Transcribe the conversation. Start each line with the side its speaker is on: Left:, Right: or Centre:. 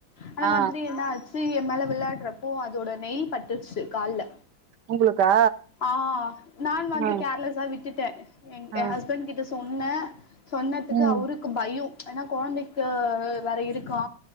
Left: அந்த
Right: ஆ
Left: மாதிரி என்ன ஆச் து எ மேலே விளாட்றப்போ அதோட நெயில் பட்ருச்சு கால்ல
Right: உங்களுக்கா
Left: ஆ நான் வந்து
Right: ஆ
Left: கேர்லஸா விட்டுட்டே எங்
Right: ஆ
Left: எ ஹஸ்பண்ட் கிட்ட சொன்னே சொன்னதுக்கு
Right: ம்
Left: அவுரு கு பையு ஏன்னா கொழந்தைக்கு வேற இருக்கா